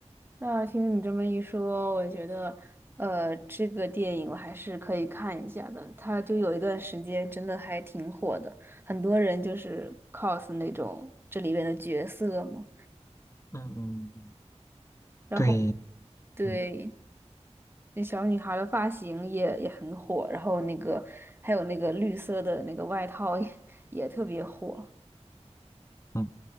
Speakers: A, on the right; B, on the left.
A: 那听你这么一说，我觉得，呃，这个电影我还是可以看一下的。它就有一段时间真的还挺火的，很多人就是 cos 那种这里面的角色嘛。
B: 嗯嗯，
A: 然后，
B: 对，
A: 对，
B: 嗯
A: 那小女孩的发型也也很火，然后那个还有那个绿色的那个外套也也特别火。
B: 嗯，